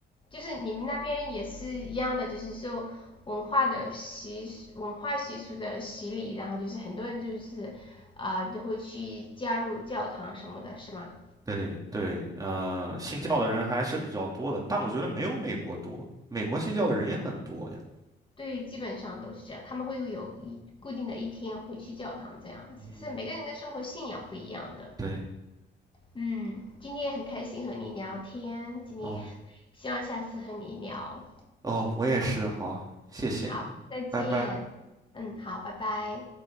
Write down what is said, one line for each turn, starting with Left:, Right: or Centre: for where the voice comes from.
Left: 就是你们那边也是一样的，就是受文化的习俗、文化习俗的洗礼，然后就是很多人就是啊、就会去加入教堂什么的，是吗？
Right: 对对，呃，信教的人还是比较多的，但我觉得没有美国多，美国信教的人也很多呀。
Left: 对，基本上都是这样，他们会有一固定的一天会去教堂这样子，
Right: 嗯嗯
Left: 是每个人的生活信仰不一样的。
Right: 对，
Left: 嗯，今天也很开心和你聊天，今天
Right: 哦
Left: 希望下次和你聊。
Right: 哦，我也是，好，谢谢你，
Left: 好，再见。
Right: 拜拜。
Left: 嗯，好，拜拜。